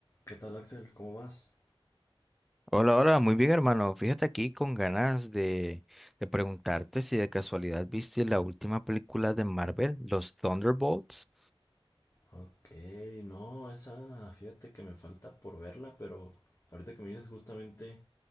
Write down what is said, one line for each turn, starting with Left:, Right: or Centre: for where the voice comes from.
Left: ¿Qué tal, Axel? ¿Cómo vas?
Centre: Hola, hola, muy bien hermano. Fíjate aquí con ganas de, de preguntarte si de casualidad viste la última película de Marvel, los Thunderbolts.
Left: Ok, no, esa, fíjate que me falta por verla, pero ahorita que me dices justamente,